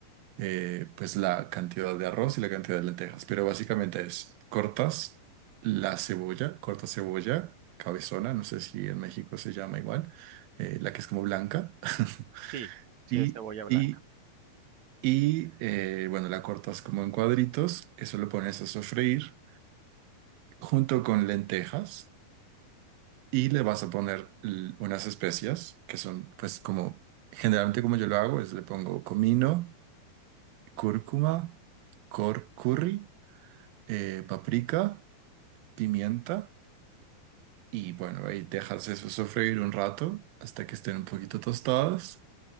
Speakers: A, on the right; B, on the right.
A: eh, pues la cantidad de arroz y la cantidad de lentejas. Pero básicamente es, cortas la cebolla, corta cebolla, cabezona, no sé si en México se llama igual, eh, la que es como blanca. <laughs>
B: Sí, sí
A: Y,
B: es cebolla blanca.
A: y, y eh, bueno, la cortas como en cuadritos, eso lo pones a sofreír junto con lentejas. y le vas a poner l- unas especias que son, pues, como generalmente como yo lo hago, es le pongo comino, cúrcuma, cor curry, eh, paprika, pimienta y bueno, ahí dejas eso sofreír un rato hasta que estén un poquito tostadas.